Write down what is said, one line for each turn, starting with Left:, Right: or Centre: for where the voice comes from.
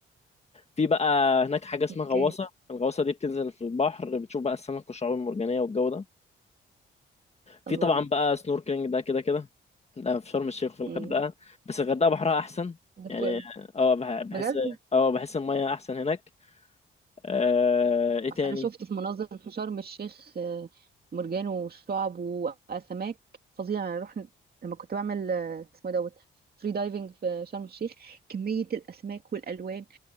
Left: في بقى هناك حاجة اسمها
Right: اوكي
Left: غواصة الغواصة دي بتنزل في البحر بتشوف بقى السمك والشعاب المرجانية والجو ده في
Right: الله
Left: طبعا بقى سنوركلينج ده كده كده ده في شرم الشيخ في الغردقه
Right: مم.
Left: بس الغردقه بحرها احسن
Right: ده
Left: يعني
Right: في كله
Left: اه بح- بحس
Right: بجد
Left: اه بحس الميه احسن هناك آه، ايه تاني
Right: اصل انا شفت في مناظر في شرم الشيخ آه، مرجان وشعب واسماك فظيعه انا رحنا لما كنت بعمل آه، اسمه إيه دوت فري دايفنج في شرم الشيخ كميه الاسماك والالوان